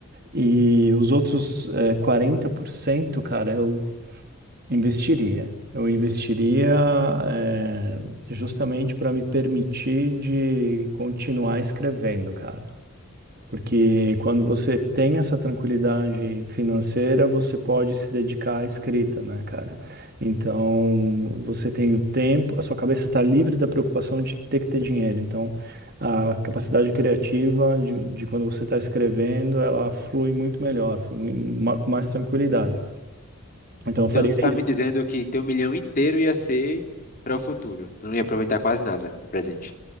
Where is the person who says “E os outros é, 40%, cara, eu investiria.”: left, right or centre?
Right